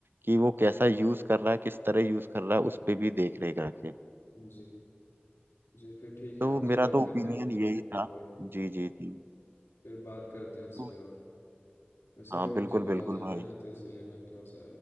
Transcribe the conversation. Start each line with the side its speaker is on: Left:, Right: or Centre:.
Right: कि वो कैसा यूज कर रहा है किस तरह यूज कर रहा है उस पे भी देख रेख रखे
Left: जी जी फिर ठीक है
Right: तो
Left: आपसे
Right: मेरा
Left: बात
Right: तो
Left: करके
Right: ओपिनियन यही था
Left: वही
Right: जी जी जी
Left: फिर बात करते हैं इस
Right: तो
Left: पे और वैसे
Right: हाँ
Left: अभी
Right: बिल्कुल
Left: मुझे बाहर
Right: बिल्कुल
Left: जाना
Right: भाई
Left: है ना तो इसलिए मैं थोड़ा सा